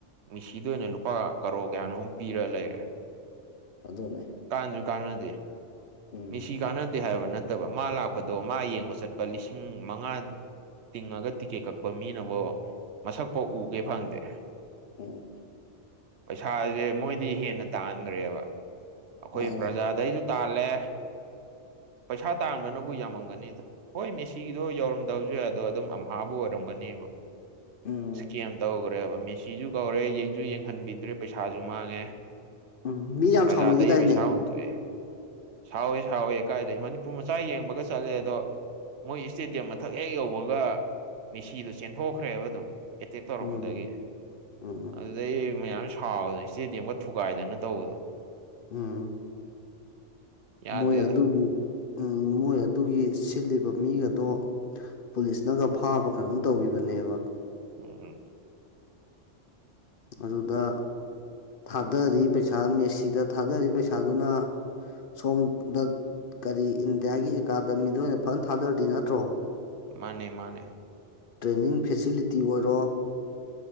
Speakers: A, on the right; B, on the left.
A: ꯃꯤꯁꯤꯗ ꯑꯣꯏꯅ ꯂꯨꯄꯥ ꯀꯔꯣ ꯀꯌꯥꯅꯣꯝ ꯄꯤꯔ ꯂꯩꯔꯦ
B: ꯑꯗꯨꯅꯦ
A: ꯀꯥꯟꯁꯨ ꯀꯥꯟꯅꯗꯦ
B: ꯎꯝ
A: ꯃꯤꯁꯤ ꯀꯥꯟꯅꯗꯦ ꯍꯥꯏꯕ ꯅꯠꯇꯕ ꯃꯥ ꯂꯥꯛꯄꯗꯣ ꯃꯥ ꯌꯦꯡꯕ ꯆꯠꯄ ꯂꯤꯁꯤꯡ ꯃꯉꯥ ꯇꯤꯡꯉꯒ ꯇꯤꯀꯦꯠ ꯀꯛꯄ ꯃꯤꯅꯕꯨꯣ ꯃꯁꯛꯐꯥꯎ ꯎꯒꯦ ꯐꯪꯗꯦ
B: ꯎꯝ
A: ꯄꯩꯁꯥꯁꯦ ꯃꯣꯏꯗꯤ ꯍꯦꯟꯅ ꯇꯥꯟꯈ꯭ꯔꯦꯕ ꯑꯩꯈꯣꯏ
B: ꯃꯥꯅꯦ
A: ꯄ꯭ꯔꯖꯥꯗꯩꯁꯨ ꯇꯂꯦ ꯄꯩꯁꯥ ꯇꯥꯟꯕꯅꯕꯨ ꯌꯥꯝꯃꯝꯒꯅꯤꯗ ꯍꯣꯏ ꯃꯦꯁꯤꯒꯤꯗꯣ ꯌꯧꯔꯝꯗꯕꯁꯨ ꯌꯥꯏ ꯑꯗꯣ ꯑꯗꯨꯝ ꯑꯝꯍꯥꯕꯨ ꯑꯣꯏꯔꯝꯒꯅꯦꯕ
B: ꯎꯝ
A: ꯀꯝ ꯇꯧꯈꯔꯦ ꯃ ꯆꯖ ꯀꯧꯔꯦ ꯌꯦꯡꯁꯨ ꯌꯦꯡꯍꯟꯕꯤꯗ꯭ꯔꯦ ꯄꯩꯁꯥꯁꯨ ꯃꯥꯡꯉꯦ
B: ꯎꯝ ꯃꯤ ꯌꯥꯝ
A: ꯄ꯭ꯔꯖꯥꯗꯒꯤ
B: ꯁꯥꯎꯅꯈꯤꯗꯥꯏꯅꯦ
A: ꯄꯩꯁꯥ ꯇꯏꯦ ꯁꯥꯎꯋꯦ ꯁꯥꯎꯋꯦ ꯀꯥꯏꯗꯒꯤ ꯃꯅꯤꯄꯨꯔ ꯃꯆꯥ ꯌꯦꯡꯕꯒ ꯆꯠꯂꯦ ꯑꯗꯣ ꯃꯣꯏ ꯏꯁꯇꯦꯗꯤꯌꯝ ꯃꯊꯛ ꯍꯦꯛ ꯌꯧꯕꯒ ꯃꯤꯦꯁꯤꯗꯨꯣ ꯆꯦꯟꯊꯣꯛꯈ꯭ꯔꯦꯕ ꯑꯗꯨꯝ ꯑꯦꯇꯦꯛ ꯇꯧꯔꯛꯄꯗꯒꯤ
B: ꯎꯝ ꯎꯝ
A: ꯑꯗꯩ ꯃꯌꯥꯝ ꯁꯥꯎꯗꯅ ꯏꯁꯇꯦꯗꯤꯌꯝꯒ ꯊꯨꯒꯥꯏꯗꯅ ꯇꯧꯕꯗꯣ
B: ꯎꯝ
A: ꯌꯥꯗꯦꯗ
B: ꯃꯣꯏ ꯑꯗꯨꯒꯤ ꯃꯣꯏ ꯑꯗꯨꯒꯤ ꯁꯤꯜꯂꯤꯕ ꯃꯤ ꯑꯗꯣ ꯄꯨꯂꯤꯁꯅꯒ ꯐꯥꯕꯒ ꯑꯗꯨꯝ ꯇꯧꯈꯤꯕꯅꯦꯕ
A: ꯎꯝ
B: ꯑꯗꯨꯗ ꯊꯥꯗꯔꯤ ꯄꯩꯁꯥ ꯃꯦꯁꯤꯗ ꯊꯥꯗꯔꯤ ꯄꯩꯁꯥꯗꯨꯅ ꯁꯣꯝꯗ ꯀꯔꯤ ꯏꯟꯗꯤꯌꯥꯒꯤ ꯑꯦꯀꯥꯗꯃꯤꯗ ꯑꯣꯏꯅ ꯐꯖꯅ ꯊꯥꯗꯔꯗꯤ ꯅꯠꯇ꯭ꯔꯣ
A: ꯃꯥꯅꯦ ꯃꯥꯅꯦ
B: ꯇ꯭ꯔꯦꯅꯤꯡ ꯐꯦꯁꯤꯂꯤꯇꯤ ꯑꯣꯏꯔꯣ